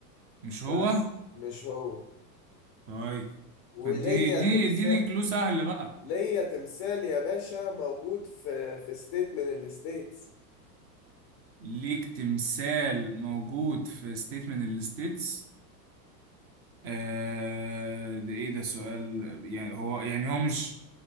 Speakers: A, on the right; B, on the left.
A: مش
B: بس
A: هو
B: مش هو
A: طيب
B: وليا
A: اديني اديني
B: تمثال
A: اديني كلو سهل بقى
B: ليا تمثال يا باشا موجود في في ستيت من الستيتس
A: ليك تمثال موجود في ستيت من الستيتس آه ده ايه ده سؤال يعني هو يعني هو مش